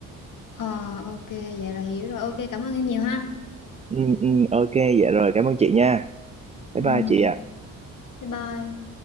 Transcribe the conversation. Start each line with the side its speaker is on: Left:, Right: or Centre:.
Left: Ờ ok, vậy là hiểu rồi. Ok, cảm ơn em nhiều ha.
Right: ừ, ừ, ok dạ rồi cảm ơn chị nha bye
Left: Ừ,
Right: bye chị ạ
Left: bye bye.